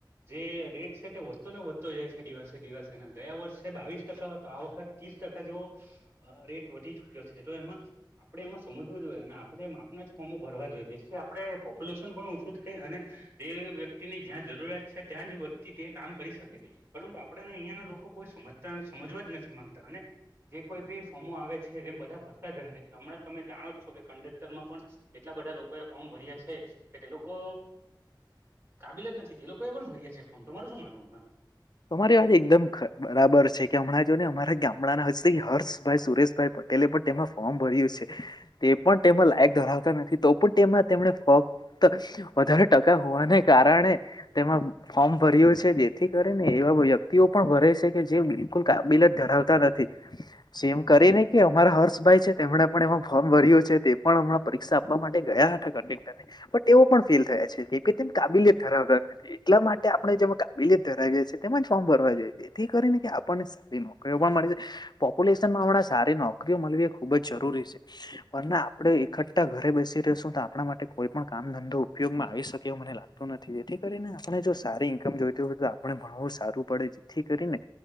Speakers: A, on the right (about 30°); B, on the left (about 60°).
A: જે રેટ છે, તે વધતો ને વધતો જાય છે, દિવસે દિવસેના ગયા. વર્ષે બાવીસ ટકા હતો, આ વખત ત્રીસ ટકા જેવો‌. અ રેટ વધી ચુક્યો છે, તો એમાં આપડે એમાં સમજવું જોઈએ અને આપડે. ના ફોર્મો ભરવા જોઈએથી આપણે પોપ્યુલેશન પણ ઓછું થાય, અને તે વ્યક્તિની જ્યાં જરૂરિયાત છે, ત્યાં જ વ્યક્તિ તે કામ કરી શકે, પરંતુ આપડે અહિયાં ના લોકો કોઈ સમજતા સમજવા જ નથી, માંગતા અને ને જે કોઈ બી ફોર્મો આવે છે, જેમ બધા ભરતા જ રહે છે, હમણાં તમે જાણો જ છો, કે કંડક્ટરમાં પણ. એટલા બધા લોકો એ ફોર્મ ભર્યા છે, કે તે લોકો કાબિલ જ નથી તે લોકો એ પણ ભરીયા છે, ફોટો તમારું શું માનવું એમાં
B: તમારી વાત એકદમ બરાબર છે, કે હમણાં ને અમારા ગામડાના હસી હર્ષભાઈ સુરેશભાઈ પટે. પેલે પટ્ટીમાં પણ તેમાં ફોર્મ ભર્યું છે, તે પણ તેમાં લાયક ધરાવતા નથી. તો પણ તેમાં તેમને ફાવતા વધારે હોવાને કારણે તેમાં ફોર્મ ભર્યો છે, જેથી કરીને એવા વ્યક્તિઓ પણ ભરે છે. કે જે બિલકુલ કાબિલ જ ધરાવતા નથી. જેમ કરી ને કે અમારા હર્ષ ભાઈ છે, તેમણે પણ એમાં ફોર્મ ભર્યો છે, તે પણ હમણાં પરીક્ષા માટે ગયા હતા, કંડકટર ને તેવો પણ ફીલ થયા છે, કે તેમ કાબિલિયત ધરાવતા નથી એટલા માટે આપણે જેમાં કાબિલિયત ધરાવીએ છીએ, તે ફોર્મ ભરવા જો તેથી કરીને કે આપણને સારી નોકરીઓ પણ મળી છે. હમણાં સારી નોકરીઓ મળવી એ ખુબ જ જરૂરી છે પણ આપણે એકઠાં ઘરે બેસી રહેશું તો આપણા માટે કોઈ પણ કામ ધંધો ઉપયોગમાં આવી શકે એવું મને લાગતું નથી, જેથી કરીને આપણે જો સારી ઈન્કમ જોઈતી હોય તો આપણે ભણવું સારું પડે જેથી કરીને